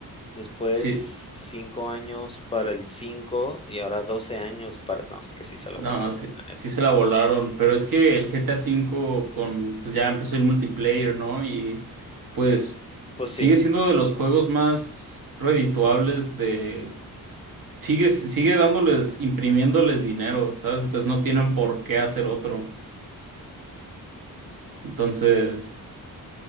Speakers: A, on the left; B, on the right.
A: Después
B: Sí,
A: 5 años para el cinco y ahora 12 años para no, es que sí se la
B: no,
A: volaron,
B: sí,
A: la
B: sí
A: neta.
B: se la volaron, pero es que el GTA V con, pues ya empezó el multiplayer, ¿no? Y pues
A: Pues
B: sigue
A: sí,
B: siendo de los juegos más redituables de... Sigue, sigue dándoles, imprimiéndoles dinero, ¿sabes? Entonces no tienen por qué hacer otro. Entonces...